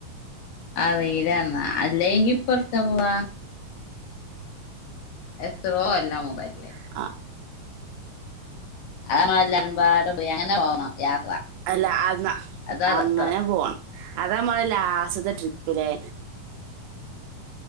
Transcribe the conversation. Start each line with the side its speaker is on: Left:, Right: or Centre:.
Left: അറിയിലെന്നാ അല്ലെങ്കിപ്പവ്ട്ക്കാ പോവാ എത്രോ അല്ല മൊബൽ
Right: ആ
Left: അഹ് ഞങ്ങളെല്ലാരും പാടെ പോയി അങ്ങനെ പോണം യാത്ര
Right: അല്ല അന്നാ
Left: അതാ
Right: അങ്ങനെ
Left: രസം
Right: പോവാണ് അതാമ്മടെ ലാസ്റ്റത്തെ ട്രിപ്പിലേ